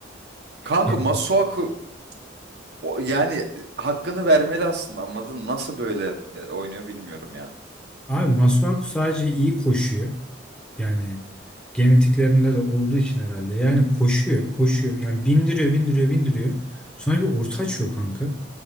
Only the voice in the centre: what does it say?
<laughs> Ya,
abi Masuaku sadece iyi koşuyor. Yani genetiklerinde de olduğu için herhalde. Yani koşuyor, koşuyor. Yani bindiriyor, bindiriyor, bindiriyor. Sonra bir orta açıyor kanka.